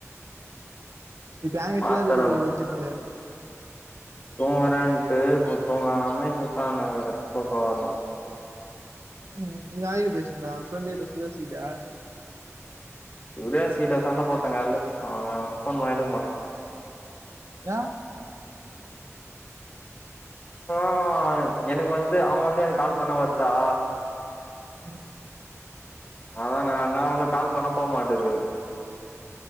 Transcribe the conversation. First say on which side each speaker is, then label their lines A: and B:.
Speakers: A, on the right; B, on the left.
A: இப்ப ஏங்கெட்டலா
B: மாத்தர
A: இதுக்குது ஒர்ஜுனலு
B: தூங்குறேன்ட்டு இப்பொ தூங்காம இப்ப உக்காந்துன்குறே தூக்க வரலனு
A: ம் நீ யாரிட பேசிருந்த ப்ரெண்டுகிட்ட சுரேஷ் கிட்டயா
B: சுரேஷ் கிட்ட சண்ட போட்டே கால்லே அவ போன் பண்ண எடுக்க மாட்டா
A: அ
B: <unintelligible> எனக்கு வந்து அவ வந்து எனக்கு கால் பண்ணா வர்தா
A: ம்
B: அதா ந நா உனுக்கு கால் பண்ணா போ மாட்டது